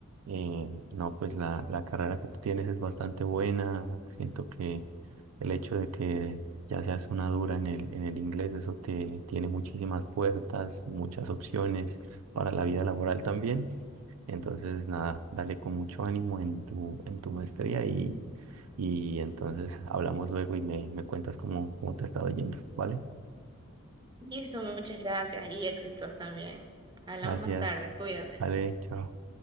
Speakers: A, on the right; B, on the right.
A: eh, no, pues la, la carrera que tú tienes es bastante buena. Siento que el hecho de que ya seas una dura en el, en el inglés, eso te tiene muchísimas puertas, muchas opciones para la vida laboral también. Entonces, nada, dale con mucho ánimo en tu, en tu maestría y, y entonces hablamos luego y me, me cuentas cómo, cómo te está yendo, ¿vale?
B: Y eso, muchas gracias y éxitos también. Hablamos
A: Gracias.
B: más tarde, cuídate.
A: Vale, chao.